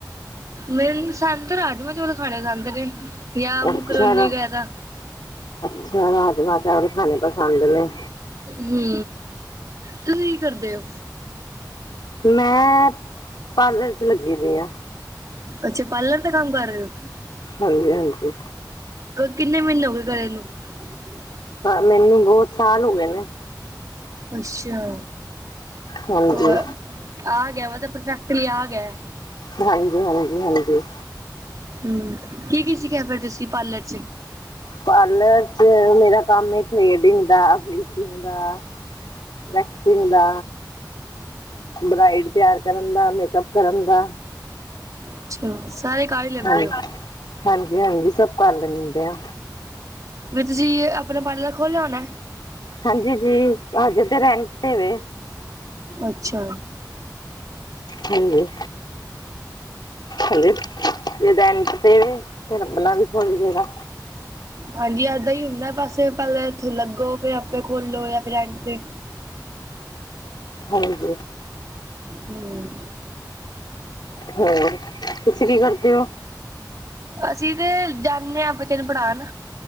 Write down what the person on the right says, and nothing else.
ਮੇਰੀ ਪਸੰਦ ਤਾਂ ਰਾਜਮਾਂ ਚੌਲ ਖਾਣੇ ਪਸੰਦ ਨੇ ਜਾਂ ਮੈੱਕਰੋਨੀ
ਵਗੈਰਾ।
ਹੂੰ। ਤੁਸੀਂ ਕੀ ਕਰਦੇ ਓ?
ਅੱਛਾ ਪਾਲਰ ਤਾਂ ਕੰਮ ਕਰ ਰਹੇ ਔ।
ਕਿੰਨੇ ਮਹੀਨੇ ਹੋ ਗਏ ਨੂੰ? <inaudible>
ਅੱਛਾ।
ਹੋਰ ਆ ਗਿਆ ਮ ਤਾਂ ਪਰਫੈਕਟਲੀ ਆ ਗਿਆ।
ਹੂੰ ਕੀ-ਕੀ ਸੀਖਿਆ ਫਿਰ ਤੁਸੀਂ ਪਾਰਲਰ ਚ
ਅੱਛਾ। ਸਾਰੇ ਕਰ ਹੀ ਲੈਂਦੇ
ਹੋ
ਵਿਚ ਸੀ ਤੁਸੀਂ ਆਪਣਾ ਪਾਰਲਰ ਖੋਲਿਆ ਹੋਣਾ।
ਅੱਛਾ
ਹਾਂਜੀ, ਏਦਾਂ ਹੀ ਹੁੰਦਾ ਬਸ ਪਹਿਲ ਇੱਥੋਂ ਲੱਗੋ ਫੇਰ ਆਪੇ ਖੋਲੋ ਜਾਂ ਬਰੈਡ ਦੇ
ਹੂੰ।
ਅਸੀਂ ਤੇ ਜਾਂਣੇ ਹਾਂ, ਬੱਚੇ ਨੂੰ ਪੜਾਣ-